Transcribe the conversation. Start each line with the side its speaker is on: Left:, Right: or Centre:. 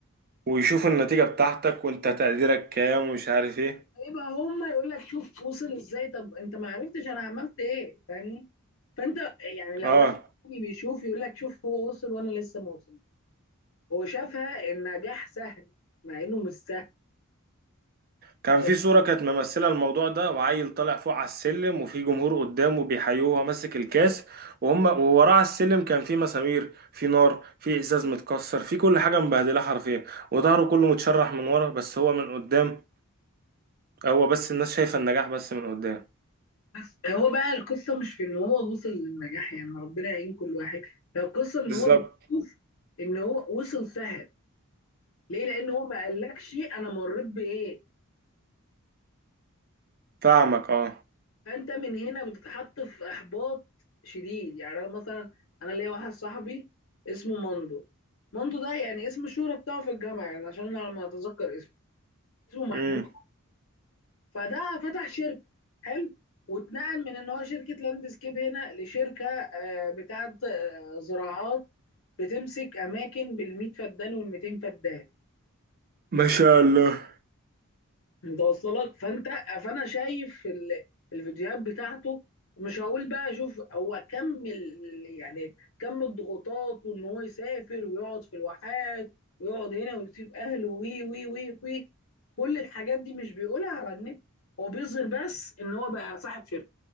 Right: ويشوف النتيجة بتاعتك وانت تقديرك كام ومش عارف ايه
Left: يبقى هما يقول لك شوف وصل ازاي طب انت ما عرفتش انا عملت ايه فاهمني فانت يعني لو
Right: اه
Left: واحد تاني بيشوف يقول لك شوف هو وصل وانا لسه ما وصل هو شافها النجاح سهل مع انه مش سهل
Right: كان
Left: انت
Right: في صورة كانت ممثلة الموضوع ده وعيل طالع فوق على السلم وفي جمهور قدامه بيحيوه وهو ماسك الكاس وهم ووراه على السلم كان في مسامير في نار في ازاز متكسر في كل حاجة مبهدلة حرفيا وظهره كله متشرح من ورا بس هو من قدام هو بس الناس شايفة النجاح بس من قدام
Left: بس هو بقى القصه مش في ان هو وصل للنجاح يعني ربنا يعين كل واحد هي القصه ان
Right: بالظبط
Left: هو بيشوف ان هو وصل سهل ليه لان هو ما قالكش انا مريت بايه
Right: فاهمك اه
Left: فانت من هنا بتتحط في احباط شديد يعني انا مثلا انا ليا واحد صاحبي اسمه ماندو ماندو ده يعني اسم الشهرة بتاعه في الجامعه يعني عشان انا لما اتذكر اسمه اسمه محمود
Right: امم
Left: فده فتح شركه حلو واتنقل من ان هو شركه لاندسكيب هنا لشركه آه، بتاعه آه، زراعات بتمسك اماكن بال100 فدان وال200 فدان
Right: ما شاء الله
Left: انت واصله لك فانت فانا شايف ال- الفيديوهات بتاعته مش هقول بقى شوف هو كم ال- يعني كم الضغوطات وان هو يسافر ويقعد في الواحات ويقعد هنا ويسيب اهله وي وي وي وي كل الحاجات دي مش بيقولها على النت هو بيظهر بس ان هو بقى صاحب شركه